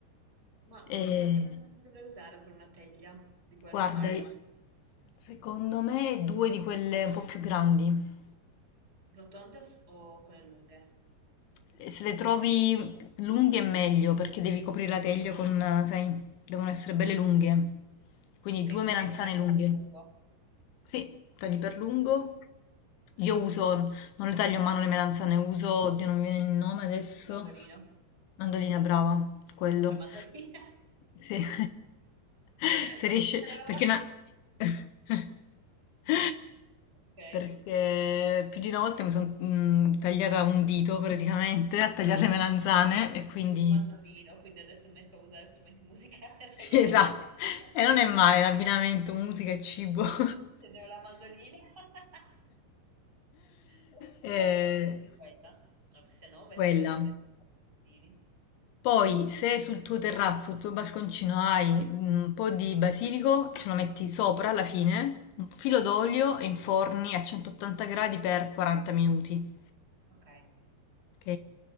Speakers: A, on the right; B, on the left.
A: Ma
B: E,
A: quindi quante melanzane dovrei usare per una teglia di quelle
B: guarda,
A: normali da fare?
B: secondo me due di quelle un po' più grandi.
A: Rotonde o, s- o quelle lunghe?
B: E se le trovi lunghe è meglio perché devi coprire la teglia con, sai, devono essere belle lunghe. Quindi
A: Ok,
B: due
A: quindi
B: melanzane
A: le taglio
B: lunghe.
A: col lungo.
B: Sì, tagli per lungo.
A: Ok.
B: Io uso, non le taglio a mano le melanzane, uso, oddio non mi viene il nome adesso,
A: Il mandolino.
B: mandolina brava, quello.
A: Lo mando lì.
B: Sì. <laughs>
A: <laughs>
B: Se riesce,
A: Brava.
B: perché una... <laughs>
A: Ok.
B: Perché più di una volta mi sono tagliata un dito praticamente a tagliare le melanzane e quindi...
A: Il mandolino,
B: <laughs>
A: quindi adesso mi metto a usare strumenti musicali a
B: Sì,
A: tagliare
B: esatto.
A: le <laughs>
B: E non è male l'abbinamento musica e cibo. <laughs>
A: Vedevo la mandolina. <laughs> Ok,
B: Eh,
A: quindi con quella. No, perché se no vai
B: Quella.
A: fuori di testa con i sottili.
B: Poi, se sul tuo terrazzo, sul tuo balconcino hai un po' di basilico, ce lo metti sopra alla fine, un filo d'olio e inforni a 180 gradi per 40 minuti.
A: Ok,
B: Ok?